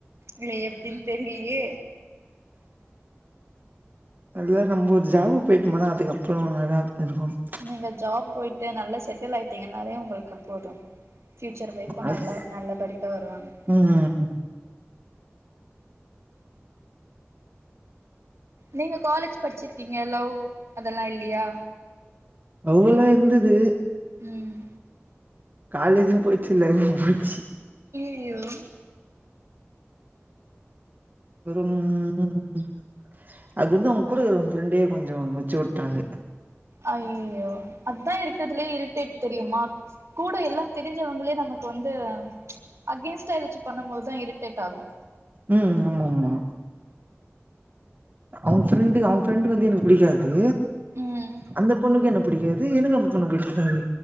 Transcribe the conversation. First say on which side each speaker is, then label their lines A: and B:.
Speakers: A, on the right; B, on the right.
A: இல்ல எப்டின்னு தெரியலையே
B: அதுலா நம்போ ஒரு ஜாபுக்கு போயிட்டோம்னா அதுக்கப்புறம் நல்லா இருக்கும்
A: நீங்க ஜாப் போயிட்டு நல்லா செட்டில் ஆய்டீங்கனாலே உங்களுக்கு போதும் பியூச்சர் ஒய்ஃப்பும்
B: அது
A: நல்லா நல்ல படிக்கா வருவாங்க
B: ம் ம்
A: நீங்க காலேஜ் படிச்சிருக்கீங்க லவ் அதெல்லா இல்லயா
B: லவ் எல்லாம் இருந்தது
A: ம்
B: காலேஜும் போய் ச்சுல்ல போச்சு
A: அய்யோ
B: ஒரு ம் அது வந்து அவுங்க கூட இருக்குற ஃப்ரெண்டே கொஞ்சோ முடிச்சு வுட்டாங்க
A: அய்யயோ அதா இருக்கிறதுலயே இரிடேட் தெரியுமா கூட எல்லா தெரிஞ்சவங்களே நமக்கு வந்து அகேன்ஸ்டா ஏதாச்சு பண்ணம் போதுதா இரிடேட் ஆகு
B: ம் ஆமா ஆமா அவுங்க ஃப்ரெண்டு அவுங்க ஃப்ரெண்டு் வந்து எனக்கு புடிக்காது
A: ம்
B: அந்த பொண்ணுக்கு என்ன புடிக்காது எனக்கு அந்த பொண்ண புடிக்காது